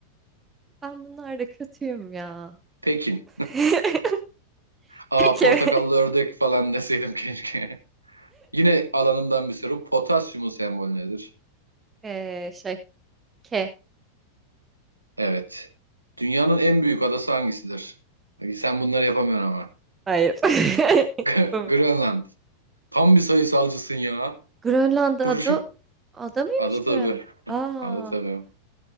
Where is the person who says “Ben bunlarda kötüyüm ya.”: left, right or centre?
Right